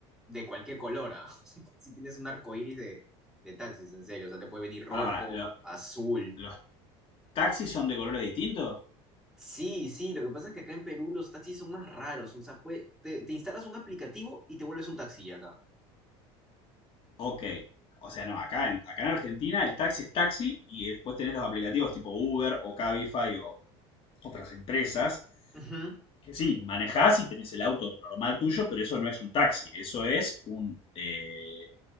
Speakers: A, in the centre; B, on the left.
A: de cualquier color, ¿ah? <laughs> Si tienes un arco iris de, de taxis, en serio. O sea, te puede venir rojo,
B: Para, para, ¿lo-
A: azul.
B: ¿los taxis son de colores distintos?
A: Sí, sí, lo que pasa es que acá en Perú los taxis son más raros. O sea, puede- te, te instalas un aplicativo y te vuelves un taxi acá.
B: Ok. O sea, no, acá en, acá en Argentina el taxi es taxi y después tenés los aplicativos tipo Uber o Cabify o otras empresas
A: Ujú.
B: que sí, manejás y tenés el auto normal tuyo, pero eso no es un taxi, eso es un, eh,